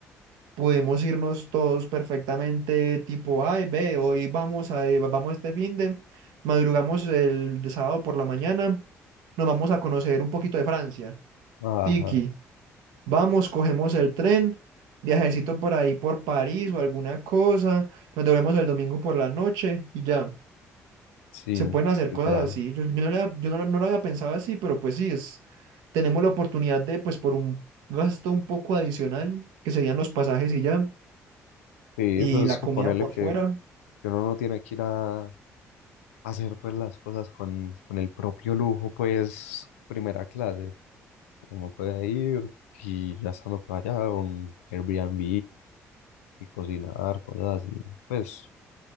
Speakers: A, on the right; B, on the left.
A: Podemos irnos todos perfectamente, tipo, ay, ve, hoy vamos a, eh, vamos este fin de, madrugamos el de sábado por la mañana, nos vamos a conocer un poquito de Francia.
B: ajá,
A: Tiki, vamos, cogemos el tren, viajecito por ahí por París o alguna cosa, nos devolvemos el domingo por la noche y ya.
B: Sí,
A: Se pueden hacer
B: literal.
A: cosas así. Yo, yo no, la- yo no, lo no lo había pensado así, pero pues sí, es, tenemos la oportunidad de, pues por un gasto un poco adicional, que serían los pasajes y ya
B: Sí,
A: y
B: pues
A: la
B: es que
A: comida
B: ponerle
A: por
B: que,
A: fuera.
B: que uno no tiene que ir a hacer pues las cosas con, con el propio lujo, pues primera clase. Uno puede ir y ya estando por allá, un Airbnb y cocinar, cosas así. Pues